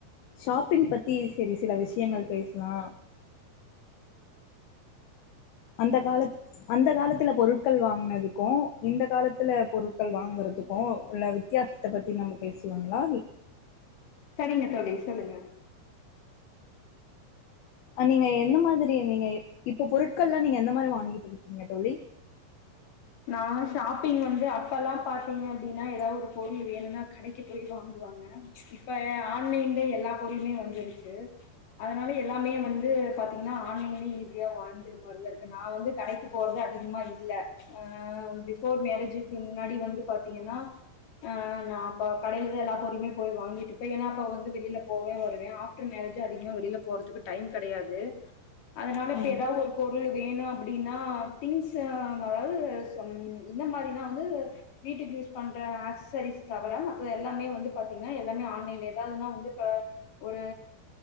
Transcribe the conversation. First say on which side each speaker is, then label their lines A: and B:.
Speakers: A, on the left; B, on the left.
A: ஷாப் பிங் பத்தி செரி சில விஷயங்கள் பேச்லா அந்த காலத் அந்த காலத்துல பொரு க்க வாங்குனதுக்கு இந்த காலத்துல பொருக்க வாங்குறதுக்கு உள்ள வித்தியாசத்த பத்தி நம்ம பேசு வாங்களா
B: சரிங்க தோழி சொல்லுங்க
A: நீங்க எந்த மாதிரி நீங்க இப்போ பொருட்கள்லா நீங்க எந்த மாரி வாங்கிட்ருக்கீங்க தோழி
B: நா ஷாப்பிங் வந்து அப்பல்லா பாத் திங்க அப்டின்னா ஏதாவு ஒரு பொருள் வேணும்னா கடைக்கு போய் வாங்குவாங்க இப்ப ஆன்லைன்ல எல்லா பொரு ளுமே வந்துருச் அதனால எல்லாமே வந்து பாத்தீங்கன்னா ஆன்லைனிலேயே ஈஸியா வாங்கி <unintelligible> இருக்கு நா வந்து கடைக்கி போறது அதிகமா இல்ல அ பிஃபோர் மேரேஜுக்கு முன்னாடி வந்து பாத்தீங்கன்னா ஆ நா அப்ப கடையிலா தா எல்லா பொருள்மே போ வாங்கிட்டுப்பே ஏன்னா அப்ப வந்து வெளியில போவே வருவே ஆஃப்டர் மே ரேஜி அதிகமா வெளியில போறதுக்கு டைம் கெடையாது அதனால இப்ப
A: ம்
B: ஏதாவுது ஒரு பொருளு வேணு அப்டின்னா திங்ஸ்ஸு அதாவுது சொன் இந்த மாரிதா வந்து வீட்டுக்கு யூஸ் பண்ற அசசரிஸ் தவிர மத்தது எல் லாமே வந்து பாத்திங்கன்னா எல்லாமே ஆன்லைன்ல ஏதாவுதுனா வந்து இப்ப ஒரு